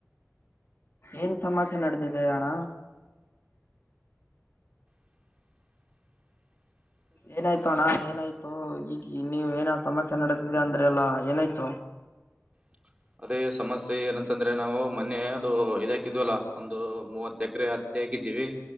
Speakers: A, on the left (about 50°); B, on the right (about 20°).
A: ಏನ್ ಸಮಸ್ಯೆ ನಡೆದಿದೆ ಅಣ್ಣ
B: <unintelligible>
A: ಏನಾಯ್ತು ಅಣ್ಣ ಏನಾಯ್ತು ಈಗ ನೀವ ಏನ ಸಮಸ್ಯೆ ನಡೆದಿದೆ ಅಂದ್ರೆ ಎಲ್ಲ ಏನಾಯ್ತು
B: <unintelligible> ಅದೇ ಸಮಸ್ಯೆ ಏನಂತಂದ್ರೆ ನಾವು ಮೊನ್ನೆ ಅದು ಇದ ಹಾಕಿದ್ವಲ್ಲ ಒಂದು ಮೂವತ್ತು ಎಕರೆ ಹೇಗಿದ್ದೀವಿ